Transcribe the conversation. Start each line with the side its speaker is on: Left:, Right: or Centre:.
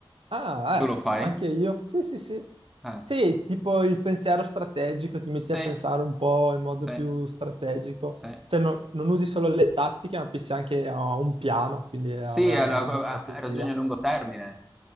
Right: Ah,
Centre: Tu lo
Right: eh,
Centre: fai?
Right: anche io. Sì, sì, sì.
Centre: Eh.
Right: Sì, tipo il pensiero strategico, ti metti
Centre: Sì,
Right: a pensare un po' in modo
Centre: sì,
Right: più strategico.
Centre: sì.
Right: Cioè, no- non usi solo le tattiche, ma pensi anche a un piano, quindi a
Centre: Sì,
Right: avere
Centre: alla-
Right: una
Centre: a-
Right: strategia.
Centre: a- ragioni a lungo termine.